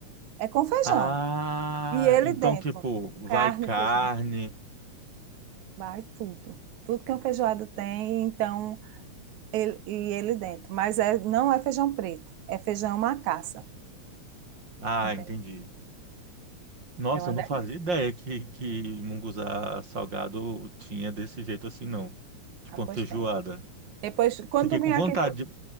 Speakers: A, on the right; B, on the right.
A: É com feijão.
B: Ah,
A: E ele
B: então
A: dentro,
B: tipo, vai
A: carne,
B: carne.
A: feijão, vai tudo. Tudo que um feijoado tem, então, ele, e ele dentro. Mas é, não é feijão preto, é feijão macaça.
B: Ah,
A: Entende?
B: entendi. Nossa,
A: É uma
B: eu não
A: delícia,
B: fazia ideia que, que munguzá salgado tinha desse jeito assim, não. Tipo
A: apostendo.
B: uma feijoada.
A: Depois, quando
B: Fiquei
A: tu
B: com
A: vir
B: vontade
A: aqui, tu-
B: de,